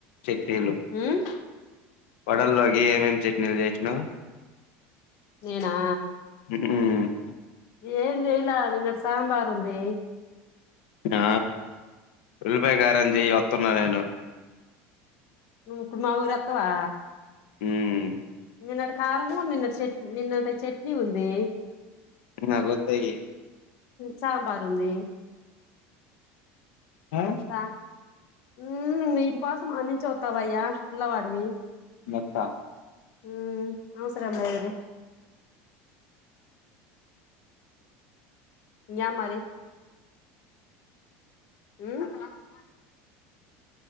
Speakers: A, on the left (about 85°); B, on the left (about 50°).
A: శక్తిలు
B: ఉమ్
A: వడల్లోకి ఏమేమి చట్నీలు చేసిన్
B: నేనా
A: ఉమ్
B: ఏం జయలా నింగ సాబారు ఉంది
A: ఆ ఉల్పాయ కారంం చె్య వస్తున్నా నేను
B: నుప్పుడు మా ఊరు అత్తవా
A: ఉమ్
B: నిన్నటి కారంము నిన్న చట్ నిన్నటి చట్నీ ఉంది
A: అ పోద్దాయి
B: చబారు ఉంది
A: ఆ
B: సా ఉమ్ వీటి కోసం అన్నించ వస్తావయ్యా పిల్లవాడివి
A: మత్తా
B: ఉమ్ అవు సరే అమ్ల అది యా మరి మ్